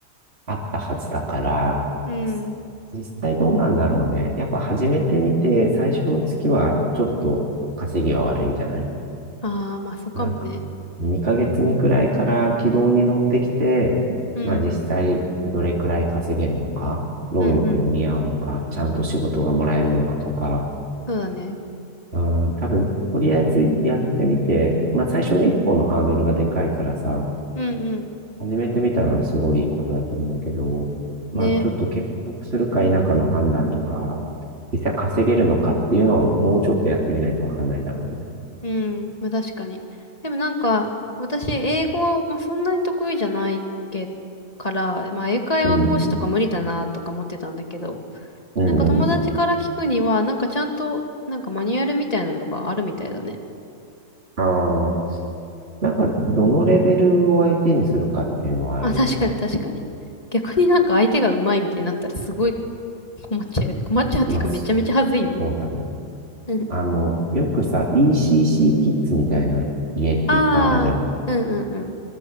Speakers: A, on the right; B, on the left.
A: あったはずだから、
B: うん。
A: 実際どうなんだろうね。やっぱ始めてみて、最初の月はちょっと稼ぎは悪いんじゃない
B: ああ、まあそうかもね。
A: なんか、2ヶ月目くらいから軌道に乗ってきて、
B: うん、
A: まあ実際どれくらい稼げるのか、労力に見合うのか、
B: うん、うん。
A: ちゃんと仕事がもらえるのかとか、
B: そうだね。
A: うん、多分、とりあえずやってみて、まあ最初の一歩のハードルがでかいからさ、
B: うん、うん。
A: 始めてみたのはすごいいいことだと思うけど、まあちょっと継続するか否かの判断とか、
B: ね。
A: 実際稼げるのかっていうのはもうちょっとやってみないとわかんないだろうね。
B: うん、まあ確かに。でもなんか、私、英語、まあそんなに得意じゃないけから、まあ英会話講師とか無理だなとか思ってたんだけど、
A: うん、うん、
B: なんか友達から聞くには、
A: うん。
B: なんかちゃんと、なんかマニュアルみたいなのがあるみたいだね。
A: ああなんか、どのレベルを相手にするかっていうのはあるよね。
B: <laughs> まあ確かに確かに。逆になんか相手が上手いみたいになったらすごい困っちゃうよね。困っちゃうっていうかめちゃめちゃ恥ずいよね。
A: まあ、そうだね。
B: うん。
A: あの、よくさ、ECC キッズみたいな家っていっぱいあるじゃん。
B: ああ、うんうんうん。